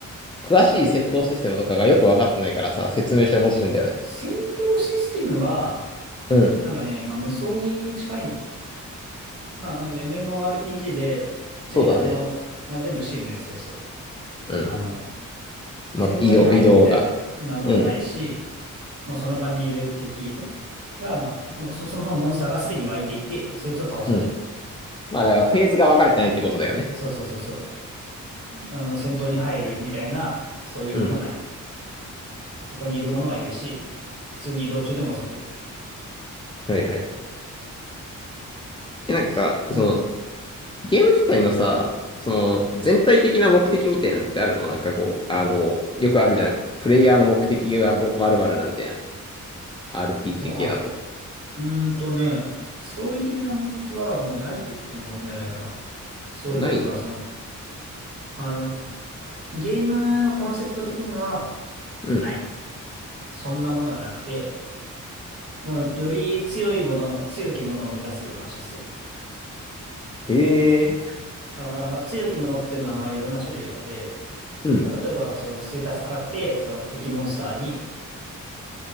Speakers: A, on the left (about 15°); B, on the right (about 45°).
A: 詳しい戦闘システムとかがよく分かってないからさ、説明してほしいんだよね。
B: 戦闘システムは、
A: うん。
B: なんかね、まあ無双ゲーに近いのかな。まあまず MMORPG で、
A: そうだね。
B: で、あの、まあ全部シームレスですと。
A: うん
B: あの、
A: まあ、
B: 戦闘に入るみたいな、
A: 移動、移動が。
B: なんのもないし、
A: うん、
B: もうその場にいる敵が、まあ、もうそそもそもモンスターがすでに湧いていて、そいつを倒すみたいな。
A: うん。まあ、だからフェーズが分かれてないってことだよね。
B: そうそうそうそう。あの、戦闘に入るみたいな、そういうのもない。
A: うん。
B: そこにいるものはいるし、普通に移動中でも襲ってくる。
A: はいはい。え、
B: 話うん。
A: なんか、その、ゲーム自体のさ、その、全体的な目的みたいなのってあるのなんかこう、あの、よくあるじゃん。プレイヤーの目的がど、まるだみたいな。RPG
B: は、
A: 系だと。
B: うーんとね、ストーリー的な目的はもうないと言っても過言ではないかな。ストーリーというか、
A: ないん
B: その、あの、ゲームコンセプト的には
A: うん。
B: ない。そんなものはなくて、もうより強いもの、強きものを目指すようなシステム。
A: へえ。
B: だから、まあ強きものっていうのはまあいろんな種類あって、
A: うん。
B: まあ例えばそのステータス高くて、その敵モンスターに、